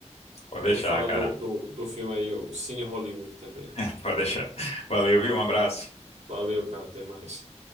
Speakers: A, on the left (about 60°); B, on the right (about 70°).
A: Pode deixar,
B: Tu fala
A: cara.
B: do, do, do filme aí, o Cine Hollywood também.
A: <laughs> Pode deixar. Valeu, viu? Um abraço.
B: Valeu, cara. Até mais.